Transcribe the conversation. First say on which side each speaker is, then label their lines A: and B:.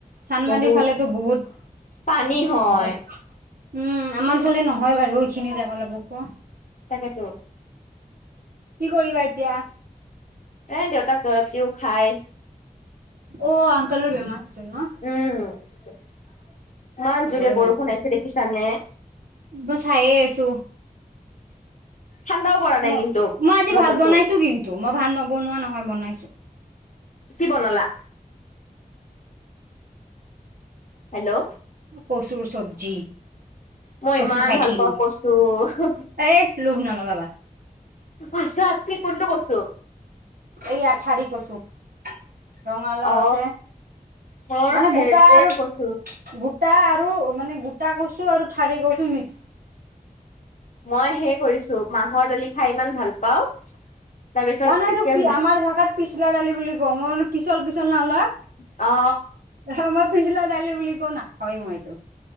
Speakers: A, on the right; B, on the left.
A: চান্দমাৰীৰ
B: বহুত
A: ফালেতো বহুত
B: পানী হয়
A: উম আমাৰ ফালে নহয় বাৰু এইখিনি যাব <unintelligible>
B: তাকেতো
A: কি কৰিবা এতিয়া?
B: এ দেউতাক দৰৱ দিও খাই।
A: অ আংকলৰ বেমাৰ হৈছিল ন?
B: উম ইমান
A: চবৰে
B: জোৰে বৰষুণ আহিছে দেখিছানে?
A: বই চায়ে আছো
B: ঠাণ্ডাও পৰা নাই
A: ম
B: কিন্তু
A: মই আজি
B: বতৰটো
A: ভাত বনাইছো কিন্তু মই ভাত নবনোৱা নহয় বনাইছো।
B: কি বনালা? হেল্ল'!
A: কচুৰ চব্জি।
B: মই
A: কচু
B: ইমান
A: খাইছি
B: ভাল পাওঁ
A: মই
B: কচু হু।
A: এ লোভ নলগাবা।
B: আছা আছি ফোনটো কৰছো।
A: এইয়াঠাৰি কছো। ৰঙালাও
B: অ
A: আছে
B: মোৰ
A: মানে
B: ফেভৰেট
A: গোটা আৰু
B: কচু
A: গোটা আৰু মানে গোটা কচু আৰু থাৰি কচু মিক্স
B: মই সেই কৰিছো, মাহৰ দালি খাই ইমান ভাল পাওঁ তাৰপিছত
A: মই নহয়
B: এতিয়া
A: এই তোক আমাৰ ভাষাত পিছলা দালি বুলি কও, মই মানো পিছল - পিছল নহলয়।
B: অ।
A: অহ মই পিছলা দালি বুলি কও নাখাওৱে মই এইটো।